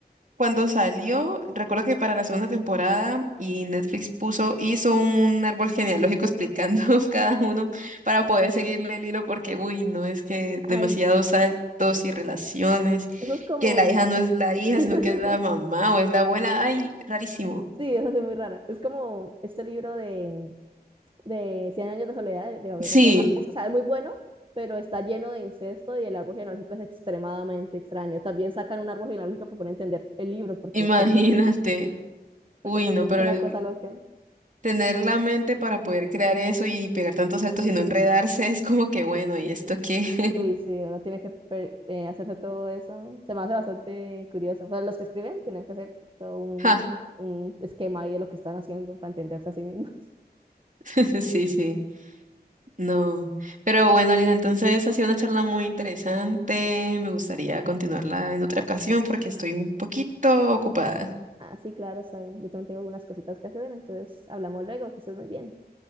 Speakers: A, on the right; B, on the right.
A: cuando salió, recuerdo que para la segunda temporada y Netflix puso, hizo un árbol genealógico explicando <laughs> cada uno para poder seguirle el hilo porque, uy, no es que demasiados
B: ay, sí,
A: saltos y relaciones,
B: eso es como...
A: que la hija no es la hija,
B: <laughs>
A: sino que es la mamá o es la abuela, ay, rarísimo.
B: Sí, es así muy rara. Es como este libro de, de Cien años de soledad de, de Gabriel
A: Sí,
B: García Márquez. O sea, es muy bueno, pero está lleno de incesto y el árbol genealógico es extremadamente extraño. También sacan un árbol genealógico para poder entender el libro, porque
A: imagínate.
B: pues si no, porque
A: Uy,
B: también
A: no, pero
B: es una
A: el-
B: cosa loca.
A: Tener la mente para poder crear eso y pegar tantos saltos y no enredarse <laughs> es como que bueno, ¿y esto qué? <laughs>
B: Uy, sí, uno tiene que per- eh, hacerse todo eso. Se me hace bastante curioso. Pero los que escriben tienen que hacer todo un,
A: Ja,
B: un esquema ahí de lo que están haciendo para entenderse a sí mismos. <laughs>
A: <laughs> sí, sí, no. Pero bueno, Lina, entonces ha sido una charla muy interesante. Me gustaría continuarla en otra ocasión porque estoy un poquito ocupada.
B: Ah, sí, claro, está bien. Yo también tengo algunas cositas que hacer, entonces hablamos luego, que estés muy bien.